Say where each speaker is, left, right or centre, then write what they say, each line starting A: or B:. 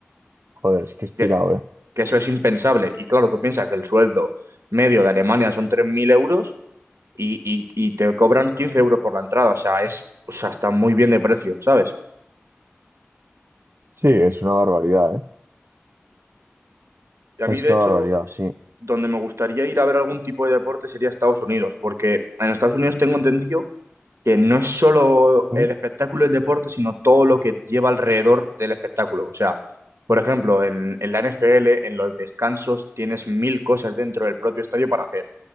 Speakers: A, on the right (about 65°); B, on the right (about 85°).
A: Joder, es que es
B: que,
A: tirado, ¿eh?
B: que eso es impensable. Y claro, tú piensas que el sueldo medio de Alemania son 3.000 euros y, y, y te cobran 15 euros por la entrada. O sea, es, o sea, está muy bien de precio, ¿sabes?
A: Sí, es una barbaridad, ¿eh?
B: Y a
A: Es
B: mí, de
A: una
B: hecho...
A: barbaridad, sí.
B: donde me gustaría ir a ver algún tipo de deporte sería Estados Unidos, porque en Estados Unidos tengo entendido que no es solo
A: Mm,
B: el espectáculo del deporte, sino todo lo que lleva alrededor del espectáculo. O sea, por ejemplo, en, en la NFL, en los descansos, tienes mil cosas dentro del propio estadio para hacer.